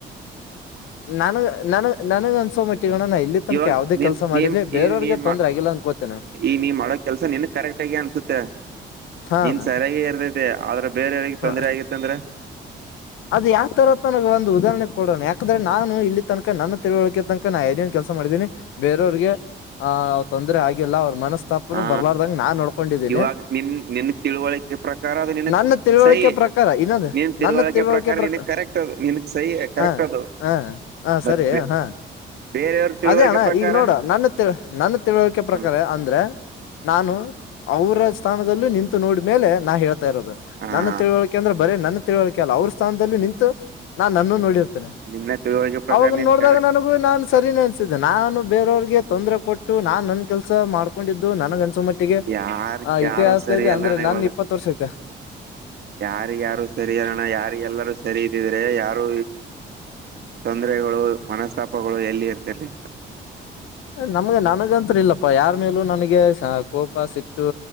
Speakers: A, on the left; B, on the right.
A: ನನ್ ನನ ನನಗ್ ಅನ್ಸೋ ಮಿಟ್ಟಿಗಣ ಇಲ್ಲಿ ತನಕ
B: ಇವಾಗ
A: ಯಾವ್ದೇ
B: ನೀನ್
A: ಕೆಲಸ ಮಾಡಿರ್ಲಿ
B: ನೀನ್
A: ಬೇರೆಯವ್ರಿಗೆ
B: ಈ ನೀನ್
A: ತ ಆಗಲ್ಲ ಅನ್ಕೋತೇನೆ
B: ಈ ನೀ್ ಮಾಡೋ ಕೆಲ್ಸ ನಿನ್ ಕರೆಕ್ಟ್ ಆಗಿ ಅನ್ಸುತ್ತೆ
A: ಹಾ
B: ಇನ್
A: ಅಣ್ಣ
B: ಸರಿಯಾಗಿ ಇರ್ದೈತೆ ಆದ್ರೆ ಬೇರೆಯವಿಗೆ
A: ಹ
B: ತೊಂದ್ರ ಆಗಿತ್ತ ಅಂದ್ರೆ
A: ಅದು ಯಾವ್ ತರ ತನಗೆ ಒಂದು ಉದಾಹರಣೆ ಕೊಡೋಣ ಯಾಕೆ ಅಂದ್ರೆ ನಾನು ಇಲ್ಲಿ ತನಕ ನನ್ನ ತಿಳುವಳಿಕೆ ತನಕ ನಾ ಏನೇನ್ ಕೆಲಸ ಮಾಡಿದೀನಿ ಬೇರೆಯವ್ರಿಗೆ ಹ ಅವ್ ತೊಂದರೆ ಆಗಲ್ಲ ಅವ್ರ ಮನಸ್ಸ ಪ
B: ಆ
A: ಬರ್ಲಾರ್ದಂಗ ನಾ ನೋಡ್ಕೊಂಡಿದ್ದೀನಿ
B: ಇವಾಗ ನಿನ್ ನಿನ್ ತಿಳುವಳಿಕೆ ಪ್ರಕಾರ ಅದು ನಿನಗ್
A: ನನ್ನ ತಿಳುವಳಿಕೆ
B: ಸೈ
A: ಪ್ರಕಾರ ಇನ್ನೊಂದ
B: ನಿನ್
A: ನನ್ನ ತಿಳುವಳಿಕೆ
B: ಪ್ರಕಾರ
A: ಪ್ರ
B: ನಿನಗ್ ಕರೆಕ್ಟ್ ಅದು ನಿನಗ್ ಸೈ ಕರೆಕ್ಟ್
A: ಹ
B: ಅದು
A: ಹ ಹ
B: ಬಟ್
A: ಸರಿ
B: ಬೆ
A: ಹಾ
B: ಬೇರೆಯವ್ರ ತಿಳುವಳಿಕೆ
A: ಅದೇ ಅಣ್ಣ
B: ಪ್ರಕಾರ
A: ಈಗ ನೋಡ ನನ್ನ ತಿ ನನ್ನ ತಿಳುವಳಿಕೆ ಪ್ರಕಾರ
B: ಹ್ಮ್
A: ಅಂದ್ರೆ ನಾನು ಅವರ ಸ್ಥಾನದಲ್ಲೂ ನಿಂತು ನೋಡ್ಮೇಲೆ ನಾ ಹೇಳ ಇದು
B: ಹ
A: ನನ್ನ ತಿಳುವಳಿಕೆ ಅಂದ್ರೆ ಬರೇ ನನ್ನ ತಿಳುವಳಿಕೆ ಅಲ್ಲ ಅವ್ರ ಸ್ಥಾನದಲ್ಲಿ ನಿಂತು ನಾನ್ ನನ್ನನ್ನು ನೋಡಿರ್ತ
B: ನಿನ್ನ ತಿಳುವಳಿಕೆ ಪ್ರಕಾರ
A: ಅವಾಗ
B: ನೀನ್
A: ನೋಡಿದಾಗ
B: ಕರೆ
A: ನಾನು ನಾನ್ ಸರಿನ ಅನ್ಸಿದ್ದೆ ನಾನು ಬೇರವ್ರಿಗೆ ತೊಂದರೆ ಕೊಟ್ಟು ನಾನ್ ನನ್ ಕೆಲಸ ಮಾಡ್ಕೊಂಡಿದ್ದು ನನಗ ಅನ್ಸ ಮಟ್ಟೆ ಟ್ಟಿಗೆ
B: ಯಾರ
A: ಆ
B: ಯಾರು
A: ಇತಿಹಾಸದಲ್ಲಿ
B: ಸರಿ ಅಲ್ಲಣ
A: ಅಂದ್ರೆ ನಾನ
B: ಇವಾಗ
A: ಇಪ್ಪತ್ತು ವರ್ಷ ಐತೆ
B: ಯಾರ ಯಾರು ಸರಿ ಅಲ್ಲಣ್ಣ ಯಾರಿಿಗೆ ಎಲ್ಲಾರೂ ಸರಿ ಇದ್ದಿದ್ರೆ ಯಾರು ತೊಂದರೆಗಳು ಮನಸ್ತಾಪಗಳು ಎಲ್ಲಿ ಇರ್ತರ್ ನಿ
A: ನಮ್ಗೆ ನನಗಂತರಿ ಇಲ್ಲಪ್ಪ ಯಾರ ಮೇಲೂ ನನಗೆ ಕೋಪ ಸಿಟ್ಟು